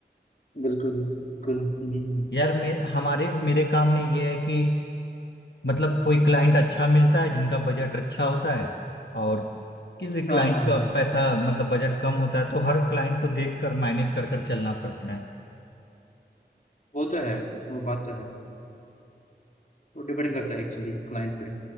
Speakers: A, on the left; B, on the left.
A: बिल्कुल बिल्कुल हम्म, हम्म, हम्म।
B: यार मे, हमारे मेरे काम में ये है कि मतलब कोई क्लाइंट अच्छा मिलता है जिनका बजट अच्छा होता है और किसी क्लाइंट
A: हाँ हाँ
B: का
A: हाँ
B: पैसा मतलब बजट कम होता है तो हर क्लाइंट को देख कर मैनेज कर कर चलना पड़ता है
A: वो तो है, वो बात तो है। वो डिपेंड करता है एक्चुअली क्लाइंट पे।